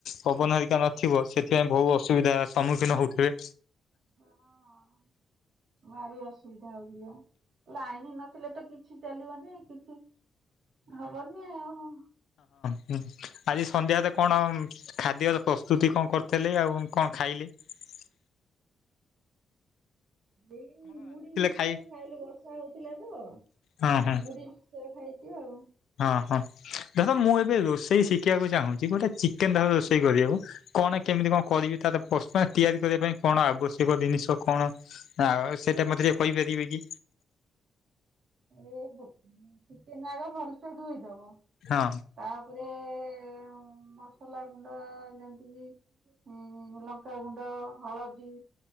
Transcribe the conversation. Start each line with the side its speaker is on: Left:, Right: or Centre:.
Left: ପବନ ହରିକା ନଥିବ ସେଥିପାଇଁ ବୋହୁ ଅସୁବି ସମ୍ମୁଖୀନ ହଉଥିବେ।
Right: ହଁ ଭାରି ଅସୁବିଧା ହୋଉଚି ପା ଲାଇନ ନଥିଲେ ତ କି ଛି ଚାଲିବନି କିଛି ହବନି ଆଉ।
Left: ହୁଁ, ଆଜି ସନ୍ଧ୍ୟାରେ କଣ ଖାଦ୍ୟର ପ୍ରସ୍ତୁତି କଣ କରିଥିଲେ, ଆଉ କଣ ଖାଇଲି? <unintelligible>
Right: ଏଇ ମୁଡି ମିକ୍ସଚର
Left: ଖାଇ
Right: ଖାଇଲୁ। ବର୍ଷା ହଉଥିଲା ତ!
Left: ହଁ ହଁ
Right: ମୁଢ଼ି ମିକ୍ସଚର ଖାଇଛି ଆଉ
Left: ହଁ, ଧର ମୁଁ ବେ ରୋଷେଇ ଶିଖିବାକୁ ଚାହୁଁଛି, ଗୋଟେ ଚିକେନ ଧର ରୋଷେଇ କରିବୁ, କଣ କେମିତି କଣ କରିବି ତାର? ପସ୍ ମ୍ୟାକ୍ ତିଆରି କରିବା ପାଇଁ କଣ ଆବଶ୍ୟକ ଜିନିଷ କଣ? ଆଉ ସେଇଟା ମତେ ଟିକେ କହିପାରିବେ କି?
Right: ଏ ବୋହଃ ଚିକେନ ଆଗ ଭଲସେ ଧୋଇଦବ।
Left: ହଁ
Right: ତାପରେ-ଏ-ଏ ମସଲା ଗୁଣ୍ଡ ଯେମିତିକି ହୁଁ, ଲଙ୍କାଗୁଣ୍ଡ, ହଳଦୀ,